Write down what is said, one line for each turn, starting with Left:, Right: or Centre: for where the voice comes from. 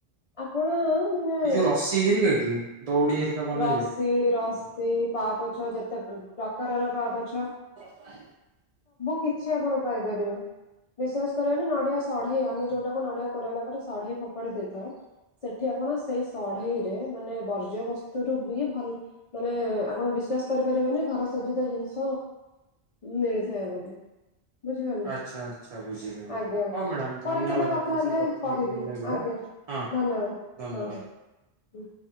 Left: ଆପଣ ମାନେ
Right: ଏଇ ଯୋଉ ରସି ହେରିକା କି ଦଉଡି ହେରିକା ବନାଯାଏ।
Left: ରସି ରଶ ପା ପଛ ଯେତେ ପ୍ରକାରର ପା ପଛ।
Right: ହହ
Left: କିଛି ଆପଣ ପାଇପାରିବେ। ବିଶ୍ୱାସ କରିବେନି ନଡିଆ ସଢେଇ ଆମେ ଯୋଉଟାକୁ ନଡିଆ କରୋଇଲା ପରେ ସଢେ ଫୋପାଡ଼ି ଦେଇଥାଉ ସେଠି ଆପଣ ସେଇ ସଢେଇ ରେ ମାନେ ବର୍ଜ୍ୟବସ୍ତୁ। ବି ଭଲ ମାନେ ଆପଣ ବିଶ୍ୱାସ କରିପାରିବେନି ଘର ସଜିତ ଜିନିଷ ମିଳିଥାଏ ବୋଲି। ବୁଝିପାରିଲ
Right: ଆଚ୍ଛା ଆଚ୍ଛା ବୁଝିଲି ବୁଝିଲି
Left: ଆଜ୍ଞା
Right: ହଉ ମ୍ୟାଡ଼ାମ ଧନ୍ୟବାଦ
Left: ପରେ କେବେ କଥା
Right: ଆପଣଙ୍କ
Left: ହେଲେ
Right: ସାଙ୍ଗେ
Left: କହିବି
Right: ହେଇକି ଭଲ ଲାଗିଲା।
Left: ଆଜ୍ଞା।
Right: ହଁ ହଁ
Left: ଧନୀୟ ବାଦେ
Right: ଧନ୍ୟବାଦ।
Left: ହଁ ହଁ ହ।